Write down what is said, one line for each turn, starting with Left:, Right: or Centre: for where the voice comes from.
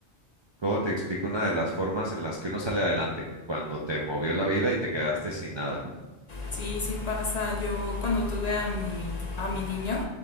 Right: ¿cómo te explico? Una de las formas en las que uno sale adelante, cuando te movió la vida y te quedaste sin nada. <laughs>
Left: Sí, sí pasa. Yo cuando tuve a mi, a mi niño,